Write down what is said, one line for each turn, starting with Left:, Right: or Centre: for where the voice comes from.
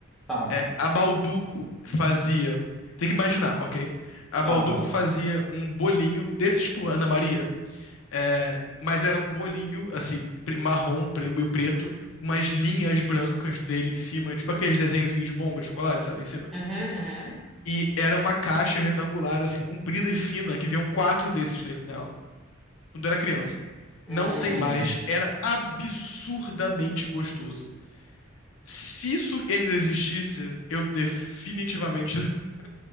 Centre: Tá,
Left: É, a Balduco fazia. Tem que imaginar, ok? A Balduco
Centre: tá. Uhum.
Left: fazia um bolinho desses por Ana Maria, É, mas era um bolinho, assim, pre- marrom, pre- meio preto, com umas linhas brancas dele em cima, tipo aqueles desenhozinhos de bomba de chocolate, sabe, em cima.
Centre: Uhum, uhum.
Left: E era uma caixa retangular, assim, comprida e fina, que vinham quatro desses ne- nela, quando eu era criança.
Centre: Hum.
Left: Não tem mais, era absurdamente gostoso. Se isso ainda existisse, eu definitivamente <laughs>